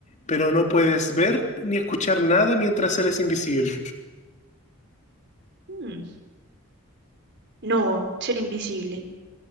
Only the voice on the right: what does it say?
Mm, No, ser invisible.